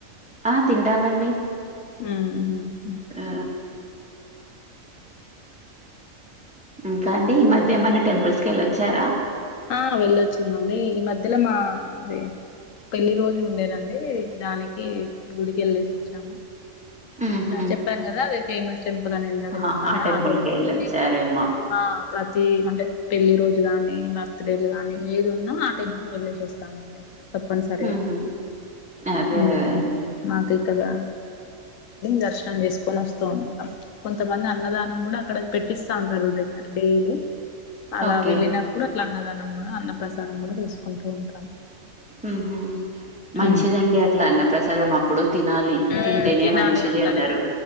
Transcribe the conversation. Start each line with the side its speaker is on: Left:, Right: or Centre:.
Centre: ఆ తింటామండి.
Left: ఊ హు హు
Centre: ఆ ఇంకా అండి? ఈ మధ్య ఏమన్న టెంపుల్స్ కి వెళ్ళొచ్చారా?
Left: ఆ వెళ్ళొచ్చినండి. ఈ మధ్యలో మా ది పెళ్లిి రోజు ఉండేనండి, దానికి గుడికి యేళ్ళేసి వచ్చాము.
Centre: ఉహు
Left: ఆ చెప్పాన్ గదా అదే ఫేమస్. టెంపుల్ అని ఇందాక
Centre: ఆహా
Left: చెప్పనుగా, ఆ టెంపుల్
Centre: కి వెళ్ళొచ్చారేమో
Left: కే. ఆ ప్రతి అంటే పెళ్లిి రోజు గాని ర్త్ డేడ్లు గానీ ఏది ఉన్నా ఆ టెంపుల్ ఏళ్లేసోస్తామండి. తప్పనిసరిగా,
Centre: ఉహు అదే
Left: ఉమ్
Centre: అదే అండి
Left: మాకే కదా. దర్శనం జేసుకొని వస్తూ ఉంటామ్, కొంతమంది అన్నదానం గుడా అక్కడే పెట్టిస్తా అంటరు రె డైలీ. అలా
Centre: ఓకే
Left: వెళ్ళినప్పుడు అట్లన్ అన్నదానం గూడ అన్న ప్రసాదం గూడ తీసుకుంటూ ఉంటాం.
Centre: ఉమ్ హుమ్, మంచిదండి
Left: ఉమ్.
Centre: అట్లా అన్న ప్ర్రసాదం అప్పుడు తినాలి.
Left: ఉమ్,
Centre: తింటేనే
Left: తినాలి
Centre: నె మంచిది
Left: అంటారా
Centre: అంటరు,